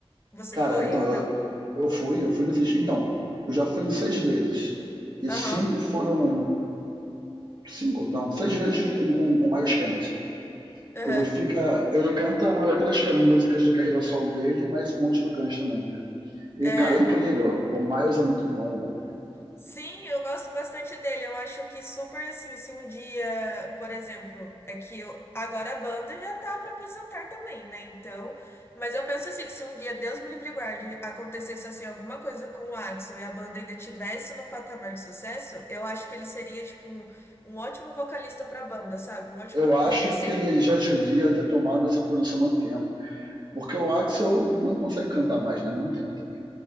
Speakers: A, on the left; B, on the right.
A: Você
B: cara,
A: foi
B: então
A: ou
B: eu,
A: não?
B: eu fui, eu fui no então eu já fui em seis vezes e cinco
A: Aham,
B: foram cinco, não, seis vezes com com, com Miles Kennedy.
A: aham.
B: Ele fica. Ele canta a maioria das ca- músicas da carreira solo dele, mas um monte do Guns também, né? E,
A: É.
B: cara, é incrível. O Miles é muito bom.
A: Sim, eu gosto bastante dele. Eu acho que super assim, se um dia, por exemplo, é que eu- agora a banda já tá pra aposentar também, né? Então, mas eu penso assim, que se um dia, Deus me livre e guarde, acontecesse assim alguma coisa com o Adson e a banda ainda tivesse num patamar de sucesso, eu acho que ele seria tipo um, um ótimo vocalista pra banda, sabe? Um ótimo
B: Eu
A: nome
B: acho
A: assim.
B: que ele já devia ter tomado essa produção há muito tempo. Porque o Axel não consegue cantar mais, né? Há muito tempo também.